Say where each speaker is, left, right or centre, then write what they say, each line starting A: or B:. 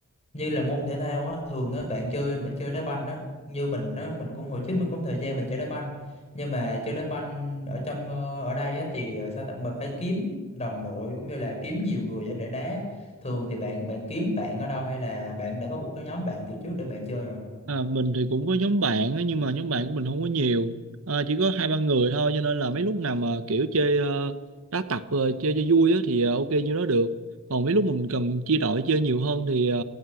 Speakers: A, on the left; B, on the right.
A: như là môn thể thao á thường á bạn chơi bạn chơi đá banh á như mình á mình cũng hồi trước mình cũng thời gian mình chơi đá banh nhưng mà chơi đá banh ở trong ờ, ở đây á thì ờ, sao ta mình phải kiếm đồng đội cũng như là kiếm nhiều người để để đá thường thì bạn bạn kiếm bạn ở đâu hay là bạn đã có một cái nhóm bạn từ trước để bạn chơi rồi
B: À, mình thì cũng có nhóm bạn á, nhưng mà nhóm bạn của mình không có nhiều à, chỉ có hai ba người thôi cho nên là mấy lúc nào mà kiểu chơi uh, đá tập ờ, chơi cho vui á, thì ờ, ok như đó được còn mấy lúc mình cần chia đội chơi nhiều hơn thì ờ,